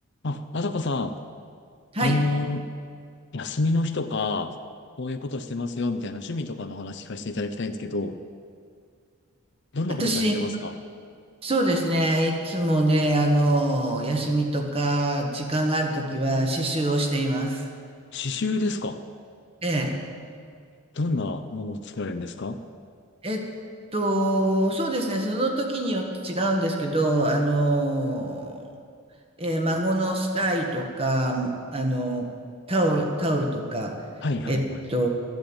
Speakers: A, on the left; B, on the right.
A: あ、あさこさん、
B: はい。
A: あのー休みの日とか、こういうことしてますよ、みたいな趣味とかの話聞かせていただきたいんですけど、どんなことされてますか
B: 私、そうですね。いつもね、あの、休みとか、時間があるときは、刺繍をしています。
A: 刺繍ですか
B: ええ。
A: どんなものを作られるんですか
B: えっと、そうですね。その時によって違うんですけど、あの、えー孫のスタイとか、あの、タオル、タオルとか、
A: はい、はい、
B: えっと、
A: はい。